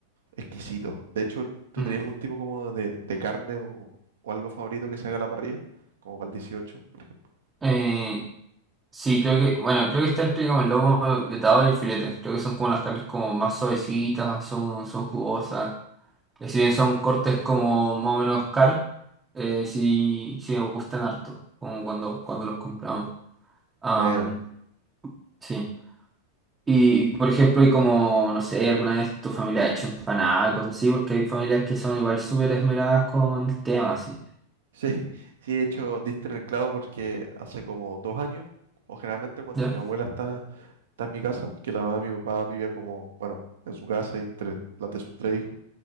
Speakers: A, on the right; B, on the right.
A: exquisito. De hecho, ¿tú
B: Mm.
A: tenías algún tipo como de, de carne o, o algo favorito que se haga a la parrilla? Como para el dieciocho por ejemplo.
B: Eh, sí, creo que, bueno, creo que está entre como el lomo vetado y el filete. Creo que son como las carnes como más suavecitas, son, son jugosas. Eh, Si bien son cortes como más o menos caros, eh, sí, sí me gustan harto, como cuando, cuando los compramos. Am,
A: Buena.
B: sí. Y, por ejemplo, hay como, no sé, alguna vez tu familia ha hecho empanadas, cosas así, porque hay familias que son igual súper esmeradas con el tema, así.
A: Sí, <laughs> sí, de hecho, diste en el clavo porque hace como dos años, o generalmente cuando
B: ¿Ya?
A: mi abuela está está en mi casa, que la mamá de mi papá vivía como, bueno, en su casa y entre las de sus tres hijos.